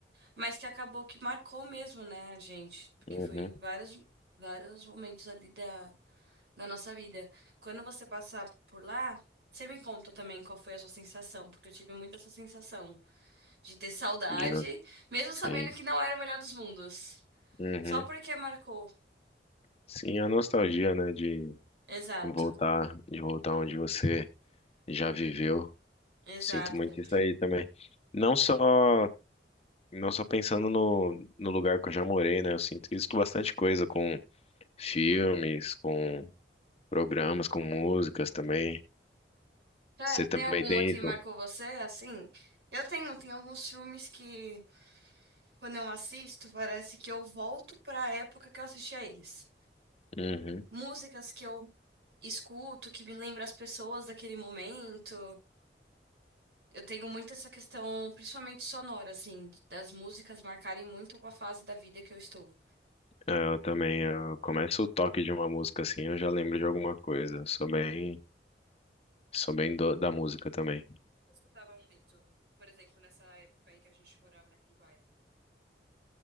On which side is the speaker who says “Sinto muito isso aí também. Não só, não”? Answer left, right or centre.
Left